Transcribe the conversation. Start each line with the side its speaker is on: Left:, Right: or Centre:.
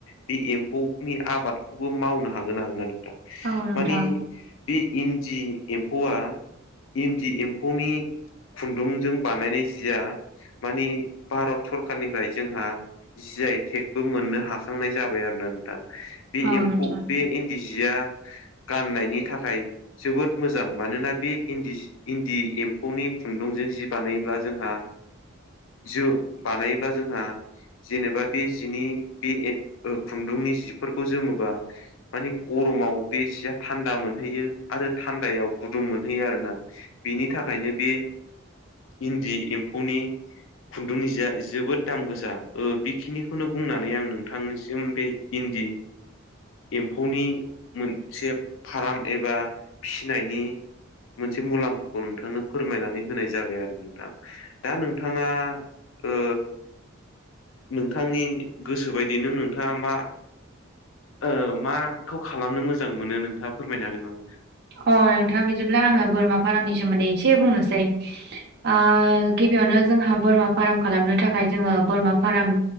Left: बे एम्फौनि आबादखौबो मावनो हागोन आरो नो
Right: औ नोंथां
Left: माने बे इन्दि एम्फौआ इन्दि एम्फौनि खुन्दुंजों बानायनाय जिया मानि भारत सरखारनिफ्राय जोंहा जि आई टेकबो मोननो हाखांनाय जाबाय आरो ना नोंथां बे
Right: औ
Left: एमफौ
Right: नोंथां
Left: बे इन्दि जिया गाननायनि थाखाय जोबोद मोजां मानोना बे इन्दि एम्फौनि खुन्दुं जि बानायोब्ला जोंहा जों बानायोब्ला जोंहा जेनेबा बे जिनि बे खुन्दुंनि जिफोरखौ जोमोबा मानि गरम समाव बे जिया थान्दा मोनहैयो आरो थान्दायाव गुदुं मोनहैयो आरोना बेनि थाखायनो बे इन्दि एम्फौनि खुन्दुंनि जिया जोबोद दाम गोसा बे खिनिखौनो बुंनानै आं नोंथांनिसिम बे इन्दि एम्फौनि मोनसे फार्म एबा फिनायनि मोनसे मुलाम्फाखौ नोंथांनो फोरमायनानै होनाय जाबाय आरो नोंथां दा नोंथाङा ओ नोंथांनि गोसो बायदि नों नोंथाङा मा ओ मा खौ खालामनो मोजां मोनो, नोंथाङा फोरमायनो हागोन नामा?
Right: अ नोंथां बिदिब्ला आङो बोरमा फारामनि सोमोन्दै एसे बुंनोसै ओ गिबियावनो जोंहा बोरमा फार्म खालामनो थाखाय जोङो बोरमा फार्म